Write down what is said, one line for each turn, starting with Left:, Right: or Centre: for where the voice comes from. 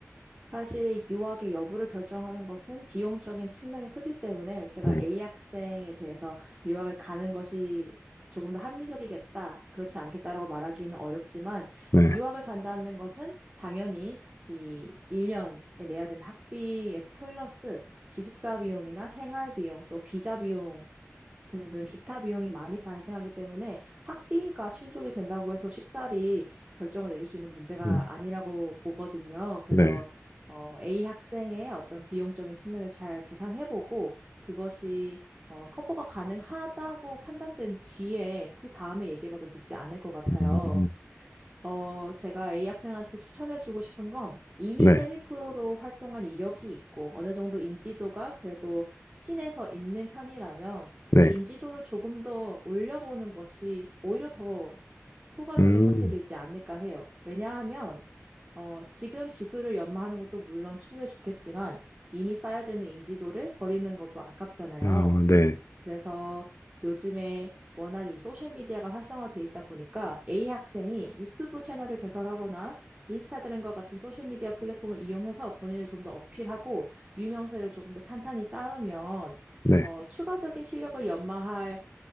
Right: 사실 유학의 여부를 결정하는 것은 비용적인 측면이 크기 때문에 제가
Left: 음,
Right: A 학생에 대해서 유학을 가는 것이 조금 더 합리적이겠다, 그렇지 않겠다라고 말하기는 어렵지만
Left: 네,
Right: 유학을 간다는 것은 당연히 이 1년에 내야 되는 학비에 플러스 기숙사 비용이나 생활 비용, 또 비자 비용 등등 기타 비용이 많이 발생하기 때문에 학비가 충족이 된다고 해서 쉽사리 결정을 내릴 수 있는 문제가
Left: 음,
Right: 아니라고 보거든요. 그래서
Left: 네,
Right: 어, A 학생의 어떤 비용적인 측면을 잘 계산해보고 그것이 어, 커버가 가능하다고 판단된 뒤에 그 다음에 얘기해봐도 늦지 않을 것 같아요.
Left: 음,
Right: 어, 제가 A 학생한테 추천해주고 싶은 건 이미
Left: 네,
Right: 세미 프로로 활동한 이력이 있고 어느 정도 인지도가 그래도 신에서 있는 편이라면
Left: 네,
Right: 이 인지도를 조금 더 올려보는 것이 오히려 더 효과적인
Left: 음,
Right: 선택이지 않을까 해요. 왜냐하면 어, 지금 기술을 연마하는 것도 물론 추후에 좋겠지만 이미 쌓여져 있는 인지도를 버리는 것도 아깝잖아요.
Left: 아, 네,
Right: 그래서 요즘에 워낙에 이 소셜미디어가 활성화돼 있다 보니까 A 학생이 유튜브 채널을 개설하거나 인스타그램과 같은 소셜미디어 플랫폼을 이용해서 본인을 좀 더 어필하고 유명세를 조금 더 탄탄히 쌓으면
Left: 네.
Right: 어, 추가적인 실력을 연마할